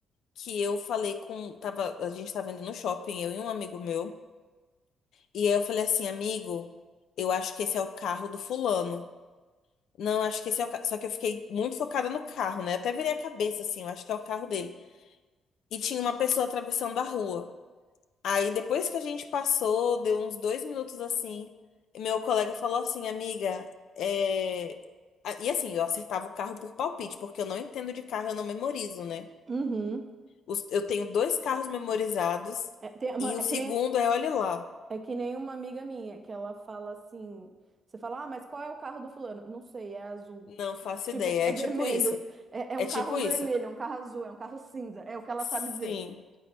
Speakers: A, on the left (about 70°); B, on the right (about 35°).
A: que eu falei com, tava, a gente tava indo no shopping, eu e um amigo meu. E aí eu falei assim, amigo, eu acho que esse é o carro do fulano. Não, acho que esse é o carro. Só que eu fiquei muito focada no carro, né? Eu até virei a cabeça assim, eu acho que é o carro dele. E tinha uma pessoa atravessando a rua. Aí depois que a gente passou, deu uns dois minutos assim, e meu colega falou assim, amiga, é... Ah, E assim, eu acertava o carro por palpite, porque eu não entendo de carro, eu não memorizo, né?
B: Uhum.
A: Os- Eu tenho dois carros memorizados
B: É, tem uma-
A: e o
B: é
A: segundo
B: que nem,
A: é, olha lá,
B: é que nem uma amiga minha, que ela fala assim: você fala, ah, mas qual é o carro do fulano? Não sei, é azul.
A: não faço
B: Tipo,
A: ideia,
B: é
A: é
B: vermelho.
A: tipo isso.
B: É, é
A: É
B: um
A: tipo
B: carro vermelho,
A: isso.
B: é um carro azul, é um carro cinza. É o que ela
A: Sim.
B: sabe dizer.